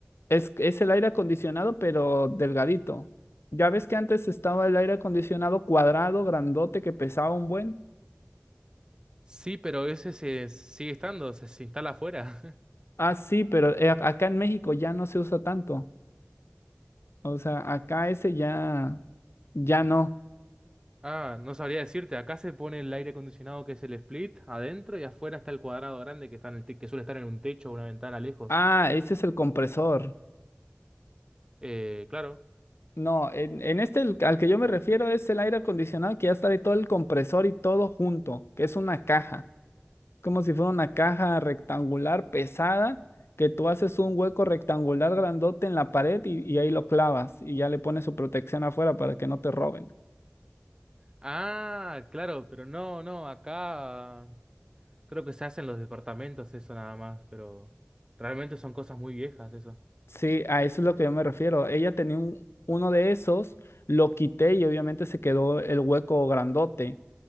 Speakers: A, on the left; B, on the right.
A: Es, es el aire acondicionado, pero delgadito. Ya ves que antes estaba el aire acondicionado cuadrado, grandote, que pesaba un buen.
B: Sí, pero ese se sigue estando, se, se instala afuera. <laughs>
A: Ah, sí, pero eh, acá en México ya no se usa tanto. O sea, acá ese ya, ya no.
B: Ah, no sabría decirte. Acá se pone el aire acondicionado que es el split adentro y afuera está el cuadrado grande que está en el te- que suele estar en un techo o una ventana lejos.
A: Ah, ese es el compresor.
B: Eh, claro.
A: No, en, en este el- al que yo me refiero es el aire acondicionado que ya está de todo el compresor y todo junto, que es una caja, como si fuera una caja rectangular pesada, que tú haces un hueco rectangular grandote en la pared y, y ahí lo clavas y ya le pones su protección afuera para que no te roben.
B: Ah, claro, pero no, no, acá creo que se hacen los departamentos eso nada más, pero realmente son cosas muy viejas eso.
A: Sí, a eso es lo que yo me refiero. Ella tenía un- uno de esos, lo quité y obviamente se quedó el hueco grandote.